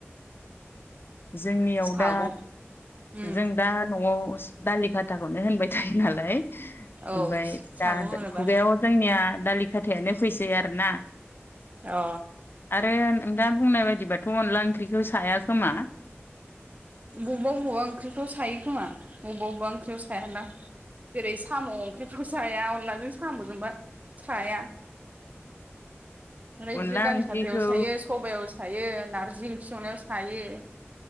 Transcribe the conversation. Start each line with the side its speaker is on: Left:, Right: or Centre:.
Left: जोंनियाव
Right: सागं
Left: दा
Right: उम
Left: जों दा न'आव दालि खााटाखौनो होनबाय थायो नालाय
Right: <inaudible>
Left: ओमफ्राय दा
Right: सागं होनोबा
Left: खुगायाव जोंनिया दालि खाथायानो फैसै आरो ना
Right: अ
Left: आरो नों दा बुंनाय बायदिबाथ' अनला ओंख्रिखौ साया खोमा
Right: बबेबा बबेबा ओंख्रिफ्राव सायो खोमा बबेबा बबेबा ओंख्रियाव सायानदां जेरै साम' ओंख्रिफोरखौ साया अनलाजों साम'जोंबा साया ओमफ्राय
Left: अनला
Right: बिदिनो दालि
Left: ओंख्रिखौ
Right: खाथायाव सायो सबायाव सायो सायो नारजि ओंख्रि संनायाव सायो